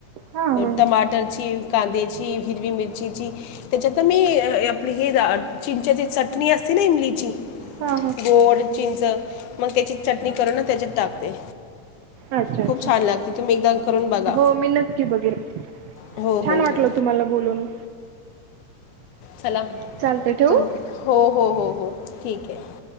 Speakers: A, on the right; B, on the left.
A: हा हा
B: टमाटरची कांद्याची, हिरवी मिरचीची, त्याच्यात मी आपली हे चिंच्याची चटणी असते, त नाही इमलीची,
A: हा हा
B: गोड चिंच मग त्याची चटणी करून त्याच्यात टाकते.
A: अच्छा अच्छा
B: खूप छान लागते तुम्ही एकदा करून बघा
A: हो मी नक्की बघेल.
B: हो
A: छान
B: हो
A: वाटल
B: हो
A: तुम्हाला बोलून.
B: चला
A: चालते ठेवू
B: तु हो हो हो हो ठीक आहे.